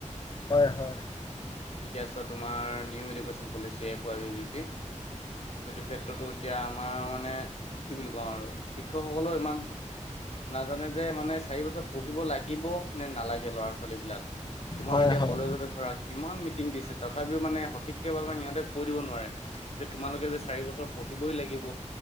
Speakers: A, on the left; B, on the left.
A: হয় হয়
B: এতিয়া আছে তোমাৰ new education policy F Y if G P. সেইটো ক্ষেত্ৰতো এতিয়া আমাৰ মানে কি বুলি কওঁ আৰু শিক্ষকসকলেও ইমান নাজানে যে মানে চাৰি বছৰ পঢ়িব লাগিব নে নালাগে ল'ৰা ছোৱালীবিলাক। তোমাৰ
A: হয়
B: এতিয়া
A: হয়
B: কলেজতে ধৰা কিমান মিটিং দিছে তথাপিও মানে সঠিকে মানে সিহঁতে কৈ দিব নোৱাৰে যে তোমালোকে যে চাৰি বছৰ পঢ়িবই লাগিব